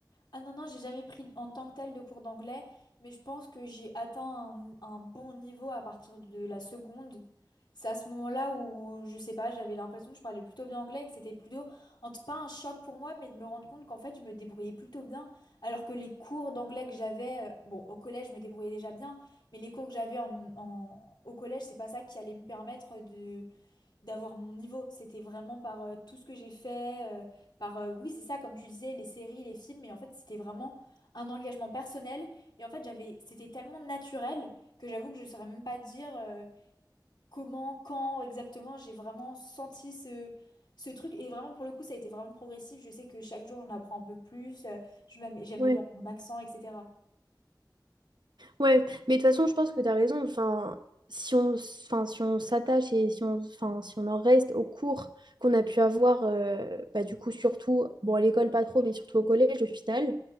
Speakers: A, on the left; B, on the right.
A: Ah non, non, j'ai jamais pris en tant que tel de cours d'anglais, mais je pense que j'ai atteint un, un bon niveau à partir de la seconde. C'est à ce moment-là où, je sais pas, j'avais l'impression que je parlais plutôt bien anglais et que c'était plutôt, en t- pas un choc pour moi, mais de me rendre compte qu'en fait, je me débrouillais plutôt bien. Alors que les cours d'anglais que j'avais, euh, bon, au collège, je me débrouillais déjà bien, mais les cours que j'avais en, en- au collège, c'est pas ça qui allait me permettre de d'avoir mon niveau. C'était vraiment par euh, tout ce que j'ai fait, euh, par euh, oui, c'est ça, comme tu disais, les séries, les films, mais en fait, c'était vraiment un engagement personnel. Et en fait, j'avais, c'était tellement naturel que j'avoue que je ne saurais même pas dire euh, comment, quand exactement j'ai vraiment senti ce. Ce truc, et vraiment pour le coup, ça a été vraiment progressif. Je sais que chaque jour, j'en apprends un peu plus, euh, je m'am- j'améliore
B: Ouais.
A: mon accent, etc.
B: Ouais, mais de toute façon, je pense que tu as raison. Enfin, si on, s- enfin, si on s'attache et si on, enfin, si on en reste aux cours qu'on a pu avoir, euh, bah, du coup, surtout, bon, à l'école, pas trop, mais surtout au collège, au final,